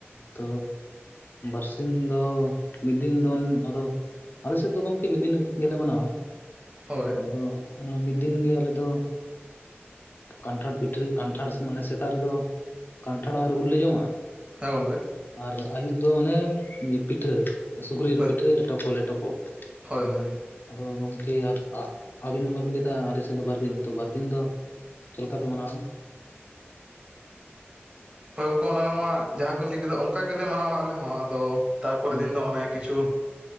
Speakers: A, on the left; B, on the right.
A: ᱛᱚ ᱵᱟᱨᱥᱤᱧ ᱫᱚ ᱢᱤᱫ ᱫᱤᱱ ᱫᱚᱱ ᱟᱫᱚ ᱟᱞᱮ ᱥᱮᱫ ᱫᱚ ᱜᱚᱢᱠᱮ ᱢᱤᱫ ᱫᱤᱱ ᱜᱮᱞᱮ ᱢᱟᱱᱟᱣᱟ᱾
B: ᱦᱳᱭ᱾
A: ᱟᱫᱚ ᱚᱱᱟ ᱢᱤᱫ ᱫᱤᱱ ᱜᱮ ᱟᱞᱮ ᱫᱚ ᱠᱟᱱᱴᱷᱟᱲ ᱯᱤᱴᱷᱟᱹ ᱠᱟᱱᱴᱷᱟᱲ ᱢᱟᱱᱮ ᱥᱮᱛᱟᱜ ᱨᱮᱫᱚ ᱠᱟᱱᱴᱷᱟᱲ ᱟᱨ ᱨᱩᱞ ᱞᱮ ᱡᱚᱢᱟ᱾
B: ᱦᱮᱸ ᱜᱚᱝᱠᱮ,
A: ᱟᱨ ᱟᱹᱭᱩᱵ ᱫᱚ ᱚᱱᱮ ᱯᱤᱴᱷᱟᱹ ᱥᱩᱠᱨᱤ ᱡᱤᱞ
B: ᱦᱳᱭ
A: ᱯᱤᱴᱷᱟᱹ ᱞᱮᱴᱚᱠᱚ ᱞᱮᱴᱚᱠᱚ᱾ <unintelligible>
B: ᱦᱳᱭ ᱦᱳᱭ
A: ᱟᱫᱚ ᱜᱚᱢᱠᱮ ᱟᱯ ᱟᱜ ᱟᱹᱵᱤᱱ ᱢᱟᱵᱤᱱ ᱞᱮᱭᱟᱫᱟ ᱟᱞᱮᱥᱮᱫ ᱫᱚ ᱵᱟᱨᱫᱤᱱ ᱛᱚ ᱵᱟᱨ ᱫᱤᱱ ᱫᱚ ᱪᱮᱫ ᱞᱮᱠᱟ ᱯᱮ ᱢᱟᱱᱟᱣᱟ?
B: ᱦᱳᱭ ᱜᱚᱝᱠᱮ ᱚᱱᱟᱢᱟᱜ ᱡᱟᱦᱟᱸ ᱵᱤᱱ ᱞᱮ ᱠᱮᱫᱟ ᱚᱱᱠᱟ ᱜᱮᱞᱮ ᱢᱟᱱᱟᱣᱟ ᱟᱞᱮ ᱦᱚᱸ ᱟᱫᱚ ᱛᱟᱯᱚᱨᱮ
A: ᱦᱩᱸ
B: ᱫᱤᱱ ᱫᱚ ᱚᱱᱮ ᱠᱤᱪᱷᱩ